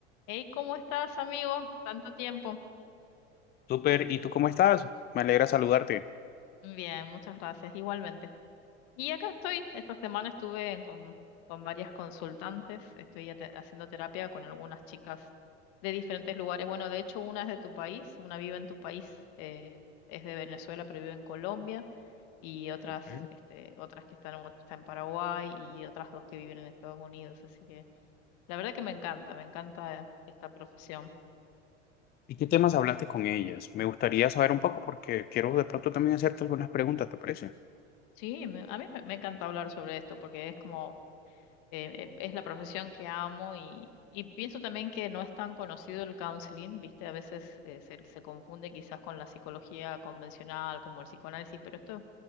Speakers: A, on the left; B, on the left.
A: Hey, ¿cómo estás, amigo? Tanto tiempo.
B: Súper, ¿y tú cómo estás? Me alegra saludarte.
A: Bien, muchas gracias, igualmente. Y acá estoy, esta semana estuve en con, con varias consultantes, estoy ate- haciendo terapia con algunas chicas de diferentes lugares. Bueno, de hecho, una es de tu país, una vive en tu país, eh, es de Venezuela, pero vive en Colombia, y otras,
B: Ok.
A: este, otras que están, otra está en Paraguay y otras dos que viven en Estados Unidos. Así que la verdad que me encanta, me encanta esta profesión.
B: ¿Y qué temas hablaste con ellas? Me gustaría saber un poco porque quiero de pronto también hacerte algunas preguntas, ¿te parece?
A: Sí, me- a mí me me encanta hablar sobre esto porque es como eh, es la profesión que amo y, y pienso también que no es tan conocido el counseling, ¿viste? A veces eh, se, se confunde quizás con la psicología convencional, como el psicoanálisis, pero esto